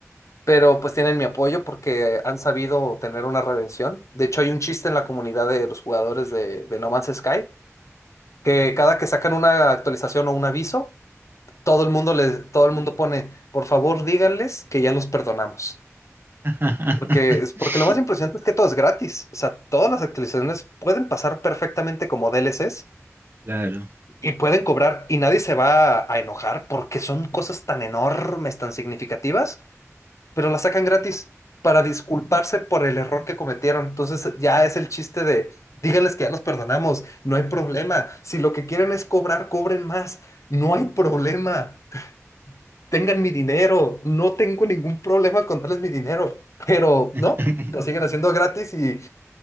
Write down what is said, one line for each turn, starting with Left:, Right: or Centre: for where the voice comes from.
Left: pero pues tienen mi apoyo porque han sabido tener una redención. De hecho, hay un chiste en la comunidad de los jugadores de, de No Man's Sky que cada que sacan una actualización o un aviso, todo el mundo les, todo el mundo pone, por favor, díganles que ya los perdonamos.
Right: <laughs>
Left: Porque es porque lo más impresionante es que todo es gratis. O sea, todas las actualizaciones pueden pasar perfectamente como DLCs
Right: Claro.
Left: Y pueden cobrar y nadie se va a, a enojar porque son cosas tan enormes, tan significativas, pero las sacan gratis para disculparse por el error que cometieron. Entonces ya es el chiste de, díganles que ya los perdonamos, no hay problema. Si lo que quieren es cobrar, cobren más, no hay problema. Tengan mi dinero, no tengo ningún problema con darles mi dinero, pero
Right: <laughs>
Left: no, lo siguen haciendo gratis y,